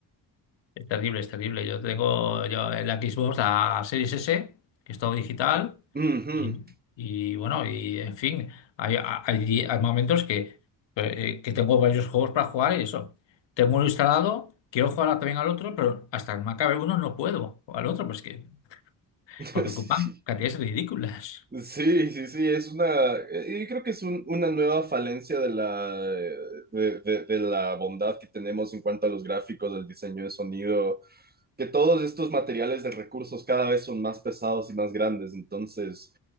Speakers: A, on the left; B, on the right.
A: Es terrible, es terrible. Yo tengo yo el Xbox a Series S, que es todo digital.
B: Ujú.
A: Y, y, bueno, y en fin, hay, hay- hay momentos que, eh, eh, que tengo varios juegos para jugar y eso. Tengo uno instalado, quiero jugar también al otro, pero hasta que me acabe uno no puedo. O al otro, pues que,
B: <laughs>
A: porque
B: Sí.
A: ocupan cantidades ridículas. <laughs>
B: Sí, sí, sí, es una, eh, yo creo que es un- una nueva falencia de la, eh, de, de- de la bondad que tenemos en cuanto a los gráficos, el diseño de sonido, que todos estos materiales de recursos cada vez son más pesados y más grandes, entonces